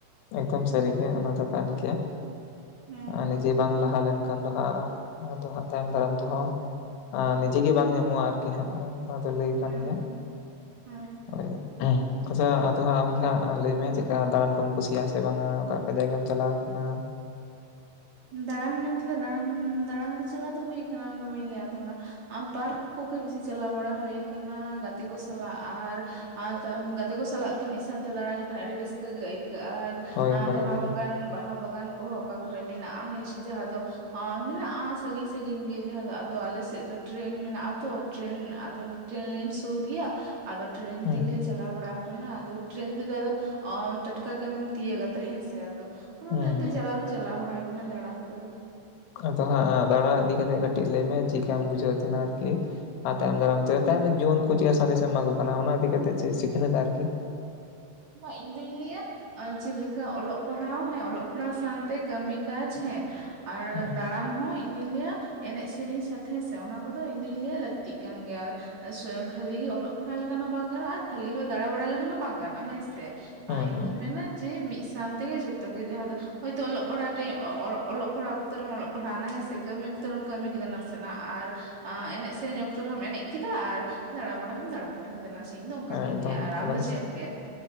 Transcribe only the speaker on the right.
ᱦᱩᱸ
ᱦᱩᱸ
ᱦᱩᱸ
ᱦᱩᱸ
ᱫᱟᱬᱟᱱ ᱢᱮᱱᱛᱮ ᱫᱚ ᱫᱟᱬᱟᱱ ᱫᱟᱬᱟᱱ ᱫᱚ ᱪᱟᱞᱟᱣ ᱫᱚ ᱦᱩᱭ ᱠᱟᱱᱟ ᱚᱱᱟ ᱫᱚ ᱵᱟᱹᱧ ᱞᱟᱹᱭᱟ ᱟᱫᱚ ᱚᱱᱟ ᱟᱢ ᱯᱟᱨᱠ ᱠᱩᱜᱤ ᱵᱮᱥᱤ ᱪᱟᱞᱟᱣ ᱵᱟᱲᱟ ᱦᱩᱭ ᱠᱟᱱᱟ ᱜᱟᱛᱮ ᱠᱚ ᱥᱟᱞᱟᱜ, ᱟᱨ ᱟᱨ ᱛᱟᱭᱚᱢ ᱜᱟᱛᱮ ᱠᱚ ᱥᱟᱞᱟᱜ ᱛᱚ ᱢᱤᱫ ᱥᱟᱶᱛᱮ ᱫᱟᱬᱟ ᱞᱮᱠᱷᱟᱱ ᱟᱹᱰᱤ ᱨᱟᱹᱥᱠᱟᱹ ᱜᱮ ᱟᱹᱭᱠᱟᱹᱜᱼᱟ᱾ ᱟ
ᱵᱟᱦᱟ
ᱵᱟᱜᱟᱱ, ᱵᱟᱦᱟ ᱵᱟᱜᱟᱱ ᱠᱚᱦᱚᱸ ᱚᱠᱟ ᱠᱚᱨᱮ ᱢᱮᱱᱟᱜᱼᱟ ᱦᱮᱸᱥᱮ ᱡᱟᱦᱟᱸ ᱫᱚ ᱟ ᱢᱮᱱᱟᱜᱼᱟ ᱥᱟᱺᱜᱤᱧ ᱥᱟᱺᱜᱤᱧ ᱜᱮ ᱡᱟᱦᱟᱸ ᱫᱚ ᱟᱫᱚ ᱟᱞᱮ ᱥᱮᱫ ᱫᱚ ᱴᱨᱮᱹᱱ ᱢᱮᱱᱟᱜ ᱟᱛᱚ ᱴᱨᱮᱱ ᱟᱫᱚ ᱴᱨᱮᱱ ᱞᱟᱭᱤᱱ ᱥᱩᱨ ᱜᱤᱭᱟ ᱟᱫᱚ ᱴᱨᱮᱱ
ᱛᱮ ᱜᱮ ᱪᱟᱞᱟᱣ ᱵᱟᱲᱟ ᱠᱟᱱᱟ ᱟᱫᱚ ᱴᱨᱮᱱ ᱛᱮᱫᱚ ᱴᱟᱴᱠᱟ ᱜᱮᱢ ᱛᱤᱭᱟᱹᱜᱼᱟ ᱛᱮ ᱦᱮᱸᱥᱮ? ᱟᱫᱚ ᱚᱱᱟ
ᱠᱟᱹᱡ ᱛᱮ
ᱪᱟᱞᱟᱣ ᱫᱚ ᱪᱟᱞᱟᱣ ᱵᱟᱲᱟ ᱠᱟᱱᱟ ᱫᱟᱬᱟᱱ ᱠᱩᱫᱚ᱾
ᱵᱟ ᱤᱧ ᱫᱩᱧ ᱞᱟᱹᱭᱟ ᱟ ᱪᱮᱫᱞᱤᱠᱟ ᱚᱞᱚᱜ ᱯᱟᱲᱦᱟᱣ ᱦᱮᱸ ᱚᱞᱚᱜ ᱯᱟᱲᱦᱟᱣ ᱥᱟᱶᱛᱮ ᱠᱟᱹᱢᱤ ᱠᱟᱡᱽ ᱦᱮᱸ, ᱟᱨ
ᱫᱟᱬᱟᱱ ᱦᱚᱸ ᱤᱧᱦᱩᱧ ᱞᱟᱹᱭᱟ ᱮᱱᱮᱡ ᱥᱮᱨᱮᱧ ᱥᱟᱶᱛᱮ ᱦᱮᱸ ᱥᱮ ᱚᱱᱟ ᱠᱚᱫᱚ ᱤᱧᱫᱚᱧ ᱞᱟᱹᱭ ᱞᱟᱹᱠᱛᱤᱜ ᱠᱟᱱ ᱜᱮᱭᱟ ᱾ ᱥᱚ ᱠᱷᱟᱹᱞᱤ ᱜᱮ ᱚᱞᱚᱜ ᱯᱟᱲᱦᱟᱣ ᱞᱮᱠᱷᱟᱱ ᱦᱚᱸ ᱵᱟᱝ ᱜᱟᱱᱚᱜᱼᱟ ᱟᱨ ᱠᱷᱟᱹᱞᱤ ᱦᱚᱸ ᱫᱟᱬᱟ ᱵᱟᱲᱟᱭ ᱞᱮᱠᱷᱟᱱ ᱦᱚᱸ ᱵᱟᱝ ᱜᱟᱱᱼᱟ ᱦᱮᱸ ᱥᱮ ᱟᱨ
ᱤᱧᱫᱩᱧ
ᱢᱮᱱᱟ ᱡᱮ ᱢᱤᱫ ᱥᱟᱶ ᱛᱮᱜᱮ ᱡᱷᱚᱛᱚ ᱜᱮ ᱡᱟᱦᱟᱸ ᱫᱚ ᱦᱳᱭᱛᱳ ᱚᱞᱚᱜ ᱯᱟᱲᱦᱟᱜ ᱛᱮ ᱚ ᱚ ᱚᱞᱚᱜ ᱯᱟᱲᱦᱟᱜ ᱚᱠᱛᱚ ᱨᱮᱢ ᱚᱞᱚᱜ ᱯᱟᱲᱦᱟᱣᱱᱟ ᱦᱮᱸᱥᱮ ᱠᱟᱹᱢᱤ ᱚᱠᱛᱚ ᱨᱮᱢ ᱠᱟᱹᱢᱤ ᱠᱮᱫᱟ ᱱᱟᱥᱮᱱᱟᱜ ᱟᱨ ᱟ ᱮᱱᱮᱡ ᱥᱮᱨᱮᱧ ᱚᱠᱛᱚ ᱨᱮᱦᱚᱢ ᱮᱱᱮᱡ ᱠᱮᱫᱟ ᱟᱨ ᱫᱟᱬᱟᱵᱟᱲᱟ ᱦᱚᱢ ᱫᱟᱬᱟ ᱵᱟ ᱵᱟᱲᱟ ᱠᱮᱫᱟ ᱱᱟᱥᱮ ᱤᱧ ᱫᱚ ᱚᱱᱠᱟᱜᱮᱧ
ᱞᱟᱹᱭᱟ,
ᱟᱢ ᱫᱚ ᱪᱮᱜ ᱞᱟᱹᱭᱟ?